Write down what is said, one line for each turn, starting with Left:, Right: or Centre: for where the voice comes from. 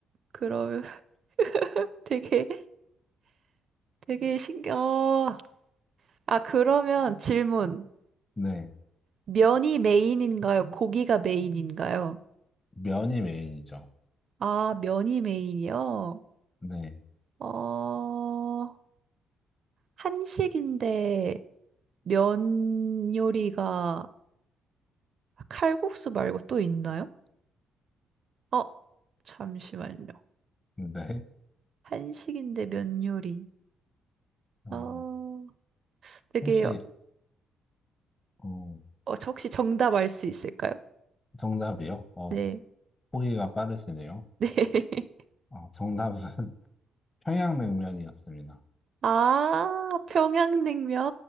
Right: 그러면 <laughs> 되게, 되게 신기해. 어, 아, 그러면 질문.
Left: 네.
Right: 면이 메인인가요? 고기가 메인인가요?
Left: 면이 메인이죠.
Right: 아, 면이 메인이요?
Left: 네.
Right: 어, 한식인데 면 요리가 칼국수 말고 또 있나요? 어, 잠시만요.
Left: 네.
Right: 한식인데 면 요리.
Left: 어,
Right: 어, 되게
Left: 혹시, 어,
Right: 어, 저 혹시 정답 알 수 있을까요?
Left: 정답이요? 어,
Right: 네.
Left: 보기가 빠르시네요.
Right: 네. <laughs>
Left: 어, 정답은 <laughs> 평양냉면이었습니다.
Right: 아, 평양냉면.